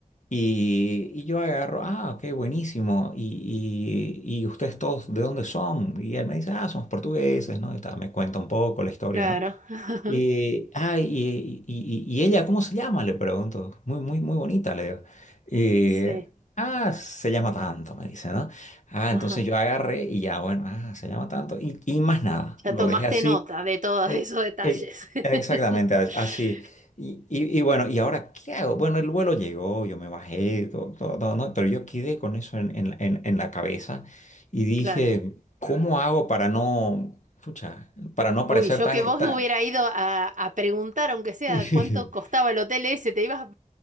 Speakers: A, on the left; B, on the right.
A: Y, y yo agarro, ah, ok, buenísimo. Y, y, y ustedes todos, ¿de dónde son? Y él me dice, ah, somos portugueses, ¿no? Y tal, me cuenta un poco la historia,
B: Claro.
A: ¿no?
B: <laughs>
A: Y, ah, y, y- y- y ella, ¿cómo se llama? Le pregunto. Muy, muy, muy bonita, le digo. Y,
B: Sí.
A: ah, se llama tanto, me dice, ¿no? Ah,
B: Ajá.
A: entonces yo agarré y ya, bueno, ah, se llama tanto. Y, y más nada,
B: Ya
A: lo
B: tomaste
A: dejé así.
B: nota de todos
A: Eh,
B: esos detalles.
A: eh, exactamente,
B: <laughs>
A: a- así. Y, y- y bueno, ¿y ahora qué hago? Bueno, el vuelo llegó, yo me bajé, todo, todo, todo, ¿no? Pero yo quedé con eso en, en- en- en la cabeza y dije,
B: Claro.
A: ¿cómo hago para no, pucha, para no parecer
B: Uy, yo
A: tan,
B: que vos
A: tan...
B: hubiera ido a, a preguntar, aunque sea
A: <laughs>
B: cuánto costaba el hotel ese, te ibas